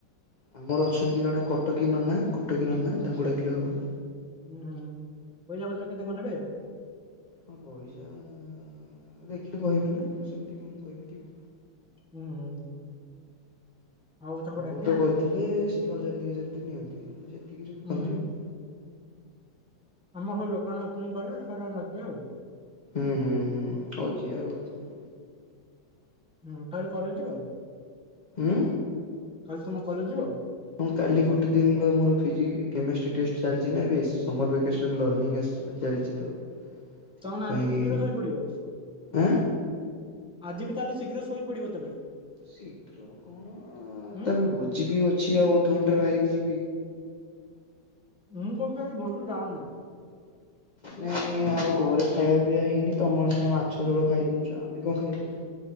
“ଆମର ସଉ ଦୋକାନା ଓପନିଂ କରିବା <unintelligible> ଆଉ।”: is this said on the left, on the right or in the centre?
Centre